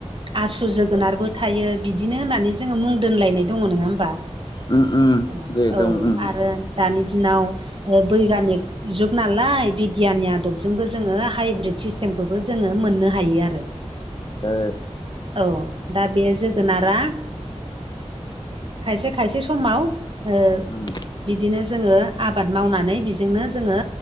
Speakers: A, on the right; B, on the left.
A: आसु जोगोनारबो थायो बिदिनो होननानै जोंङो मुं दोनलायनाय दंङो नङा होमबा
B: उम उम
A: औ
B: जे
A: औ
B: दं उम
A: आरो दानि दिनाव बै गामि जुग नालाय बिगियाननि आदबजोंबो जोंङो हाइब्रिद सिस्टेमखौबो जोंङो मोननो हायो आरो
B: ओ
A: औ दा बे जोगोनारा खायसे खायसे समाव ओ
B: उम
A: बिदिनो जोंङो आबाद मावनानै बेजोंनो जोंङो